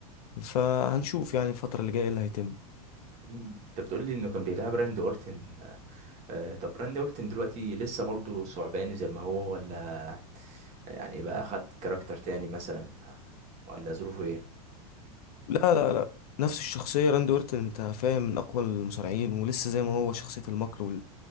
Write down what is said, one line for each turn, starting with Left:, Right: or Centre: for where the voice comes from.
Left: فهنشوف يعني الفترة اللي جاية إيه اللي هيتم
Right: مم. انت بتقول لي انه كان بيلعب راندي اورتن آه، طب راندي اورتن دلوقتي لسه برضو ثعباني زي ما هو ولا يعني بقى خد كاركتر تاني مثلا ولا ظروفه ايه
Left: لا لا لا نفس الشخصية راندي أورتون أنت فاهم من أقوى المصارعين ولسه زي ما هو شخصية المكر وال...